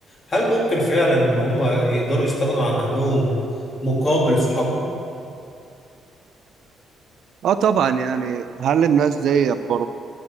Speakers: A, on the left; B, on the right.
A: هل ممكن فعلا إن هم يقدروا يستغنوا عن أهلهم مقابل صحابهم؟
B: اه طبعا يعني هل الناس ديت برضه